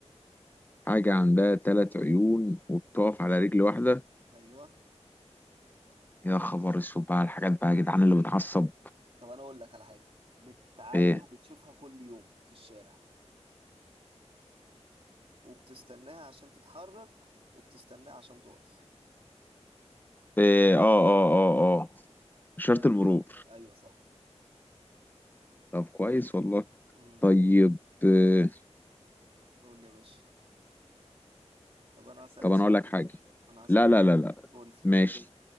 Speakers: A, on the left; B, on the right.
A: حاجه عندها ثلاث عيون وبتقف على رجل واحده
B: أيوة
A: يا خبر اسود بقى على الحاجات بقى يا جدعان اللي بتعصب
B: طب أنا أقول لك على حاجة بتعدي
A: ايه
B: وبتشوفها كل يوم في الشارع وبتستناها عشان تتحرك وبتستناها عشان تقف
A: ايه اه اه اه اه اشاره
B: اي
A: المرور
B: ايوه صح
A: طب كويس والله
B: امم
A: طيب آه،
B: قول لي يا باشا طب انا هسألك
A: طب انا
B: سؤال
A: اقول لك
B: تاني
A: حاجه
B: انا هسألك
A: لا لا
B: سؤال
A: لا لا
B: قول لي
A: ماشي